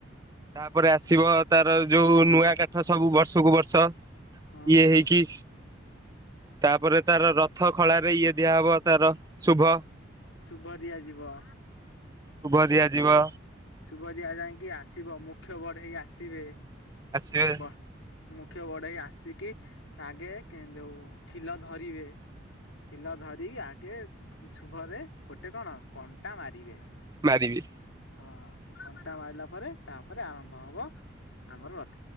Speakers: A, on the right; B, on the left.
A: ତାପରେ ଆସିବ ତାର ଯୋଉ ନୂଆ କାଠ ସବୁ ବର୍ଷକୁ ବର୍ଷ।
B: ହଁ
A: ଇଏ ହେଇକି ତାପରେ ତାର ରଥ ଖଳାରେ ଇଏ ଦିଆହବ ତାର ଶୁଭ।
B: ଶୁଭ ଦିଆଯିବ।
A: ଶୁଭ ଦିଆଯିବ।
B: ଶୁଭ ଦିଆ ଯାଇକି ଆସିବ ମୁଖ୍ୟ ବଢ଼େଇ ଆସିବେ।
A: ଆସିବେ।
B: ବ ମୁଖ୍ୟ ବଢେଇ ଆସିକି ଆଗେ ଯୋଉ ଖିଲ ଧରିବେ ଖିଲ ଧ ରି ଆଗେ ଶୁଭରେ ଗୋଟେ କଣ କଣ୍ଟା ମାରିବେ।
A: ମାରିବେ।
B: ହଁ କଣ୍ଟା ମାଇଲା ପରେ ତାପରେ ଆରମ୍ଭ ହେବ ଆମର ର